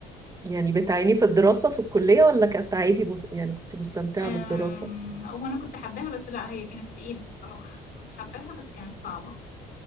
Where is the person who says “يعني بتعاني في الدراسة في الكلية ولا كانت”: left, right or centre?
Right